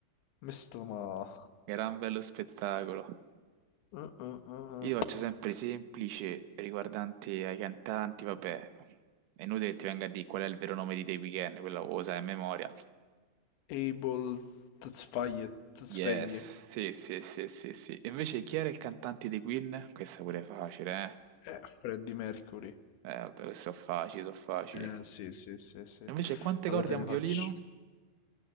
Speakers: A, on the left; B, on the right.
A: Mesta ma...
B: Gran bello spettacolo.
A: Uh, uh, uh,
B: Io
A: uh.
B: faccio sempre semplice riguardanti ai cantanti, vabbè. È inutile che ti venga a dire qual è il vero nome di The Weeknd, quello lo sai a memoria.
A: Abel Tzfaye, Tzfaye.
B: Yes, sì, sì, sì, sì, sì. E Invece chi era il cantante dei Queen? Questa pure è facile, eh?
A: Eh, Freddie Mercury.
B: Eh, vabbè, queste sono facili, sono facili.
A: Eh, sì, sì, sì, sì.
B: Invece quante
A: Allora
B: corde
A: te
B: ha
A: ne
B: un violino?
A: faccio.